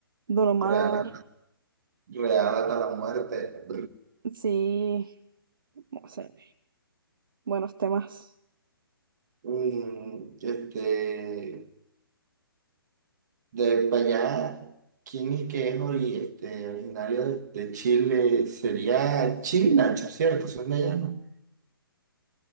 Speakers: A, on the right; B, on the right.
A: Don Omar.
B: real, real hasta la muerte.
A: Sí, no sé. Buenos temas.
B: Mm, Este, de para allá, ¿quién es que es ori- este, originario de, de Chile? Sería Chino y Nacho, ¿cierto? Son de allá, ¿no?